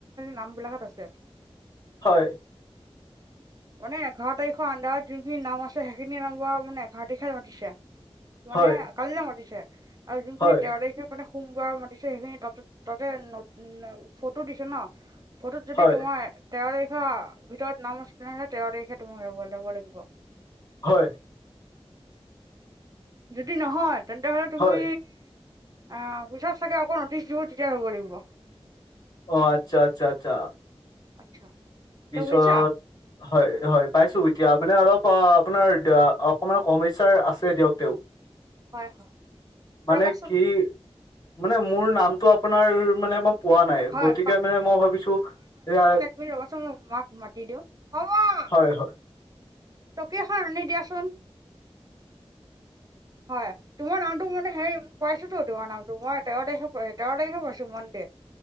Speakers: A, on the right; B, on the left.
A: নামবিলাকত আছে।
B: হয়।
A: <inaudible> মানে এঘাৰ তাৰিখৰ আণ্ডাৰত যোনখিনি নাম আছে সেইখিনি নাম মানে এঘাৰ তাৰিখে মাতিছে। মানে
B: হয়
A: কালিলে মাতিছে আৰু যোনখিনি
B: হয়
A: তেৰ তাৰিখে মানে সোমবাৰ মাতিছে সেইখিনি তাত তাতে ন' ফটো দিছে ন' ফটোত যদি
B: হয়
A: তোমাৰ তেৰ তাৰিখৰ ভিতৰত নাম আছে তেনেহ'লে তেৰ তাৰিখে তোমাৰ যাব লাগিব।
B: হয়।
A: যদি নহয় তেন্তে হ'লে তুমি
B: হয়
A: আ, পিছত ছাগে আকৌ ন'টিছ দিব তেতিয়া যাব লাগিব।
B: অ' আচ্ছা আচ্ছা আচ্ছা।
A: আচ্ছা। এতিয়া
B: পিছত
A: বুজিছা
B: হয়, হয় পাইছোঁ, এতিয়া মানে অলপ আপোনাৰ অকমান সমস্যাৰ আছে দিয়ক তেওঁ।
A: হয় হয়
B: মানে
A: ৰ'বাচোন
B: কি মানে মোৰ নামটো আপোনাৰ মানে মই পোৱা নাই
A: হয়
B: গতিকে মানে মই ভাবিছোঁ এয়া
A: আপুনি ৰ'বচোন মই মাক মাতি দিওঁ, অ' মা।
B: হয় হয়।
A: চকী এখন আনি দিয়াচোন। হয়। তোমাৰ নামটো মানে হে, মই পাইছোতো, তোমাৰ নামটো মই তেৰ তাৰিখে প তেৰ তাৰিখে পাইছো মনডে।